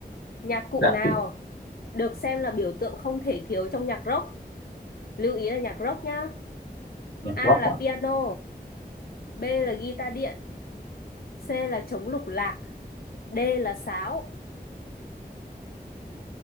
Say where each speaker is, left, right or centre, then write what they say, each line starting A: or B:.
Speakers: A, on the left; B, on the left.
A: Nhạc cụ
B: dạ
A: nào
B: chị.
A: được xem là biểu tượng không thể thiếu trong nhạc rock? Lưu ý là nhạc rock nhá.
B: Nhạc
A: A
B: rock
A: là
B: ạ.
A: piano, B là guitar điện, C là trống lục lạc, D là sáo.